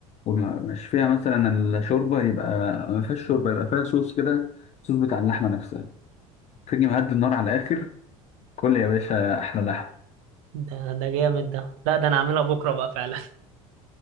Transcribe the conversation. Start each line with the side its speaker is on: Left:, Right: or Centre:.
Left: ومش فيها مثلا الشوربة يبقى ما فيهاش شوربة يبقى فيها صوص كده صوص بتاع اللحمة نفسها تيجي مهدي النار على الآخر كل يا باشا أحلى لحمة
Right: ده ده جامد ده لا ده انا اعملها بكره بقى فعلا